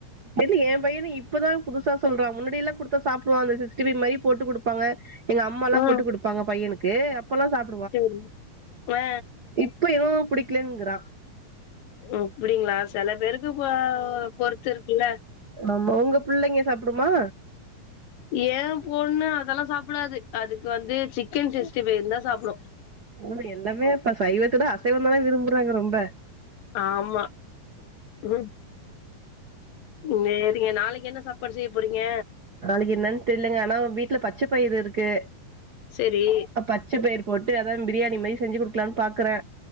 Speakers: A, on the right; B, on the left.
A: இது எ பையனு இப்பதா புதுசா சொல்றா முன்னாடில்லா கொடுத்த சாப்டுவா அந்த சிகிஸ்டி ஃபை மாரி போட்டு குடுப்பாங்க எங்க அம்ம எல்லா
B: ம்
A: போட்டு கொடுப்பாங்க பையனுக்கு அப்பெல்லா சாப்
B: சரி ஆ
A: இப்ப இவனோ புடிக்கலுங்கிறா
B: அப்டிங்களா செல பேருக்கு போ பொறுத்து இருக்குல்ல
A: ஆமா உங்க புள்ளைங்க சாப்புடுமா
B: ஏ பொண்ணு அதெல்லா சாப்பிடாது அதுக்கு வந்து சிக்கன் சிக்ஸ்டி பைவ் இருந்தா சாப்பிடு
A: ஆ எல்லாமே இப்ப சைவத்துட அசைவ தானே விரும்புறாங்க ரொம்ப
B: ஆமா ம் நேரிங்க நாளைக்கு என்ன சாப்பாடு செய்ய போறீங்க
A: நாளைக்கு என்னன்னு தெர்லங்க ஆனா வீட்டுல பச்சப்பயிரு இருக்கு
B: சரி
A: பச்ச பயிர் போட்டு அதா பிரியாணி மாரி செஞ்சு குடுக்கலானு பாக்குறே